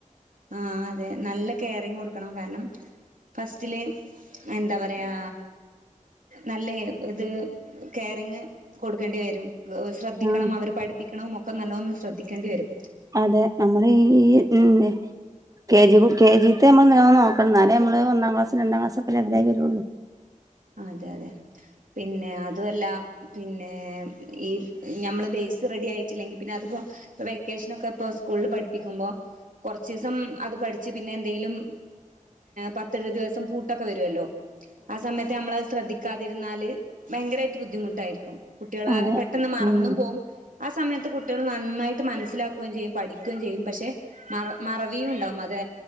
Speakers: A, on the right; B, on the right.
A: ആ അതെ നല്ല കെയറിങ്ങ് കൊടു ണം കാരണം ഫസ്റ്റ്ലെ എന്താ പറയാ നല്ല ഇത് കെയറിങ്ങ് കൊടുക്കേണ്ടിവരും ശ്രദ്ധിക്കണം
B: ആ
A: അവര് പഠിപ്പിക്ക് ണവും ഒ ക്കെ നല്ലൊന്ന് ശ്രദ്ധിക്കേണ്ടിവരും
B: അതെ നമ്മള് ഈ ഉം കെ ജി കു കെ ജിത്തെ നമ്മള് നല്ലോണം നോ കണം എന്നാലേ നമ്മള് ഒന്നാം ക്ലാസ് രണ്ടാം ക്ലാസ് ഒക്കെ ലെവലായി വരുള്ളൂ
A: അതെ അതെ പിന്നെ അതു പല്ല പിന്നെ ഈ ഞമ്മള് ബേസ് റെഡി ആയിട്ടില്ലെങ്കി പിന്നെ അതിപ്പോ ഇപ്പ വെക്കേഷനൊക്കെ ഇപ്പ സ്കൂളിൽ പഠിപ്പിക്കുമ്പോ കൊറച്ചീസം അത് പഠിച്ച് പിന്നെ എന്തെങ്കിലും പത്തെഴു ദിവസം പൂട്ടൊക്കെ വരുല്ലോ ആ സമയത്ത് നമ്മളത് ശ്രെദ്ധി കാതിരുന്നാല് ഭയങ്കരായിട്ട് ബുദ്ധിമുട്ടായിരിക്കും കുട്ടികളെ
B: അതെ
A: പെട്ടെന്ന് മറന്നും
B: ഉം
A: പോകും ആ സമയത്ത് കുട്ടികൾ നന്നായിട്ട് മനസ്സിലാക്കുകയും ചെയ്യും പഠിക്കുകയും ചെയ്യും പക്ഷെ മറ മറവിയും ഉണ്ടാവും അത്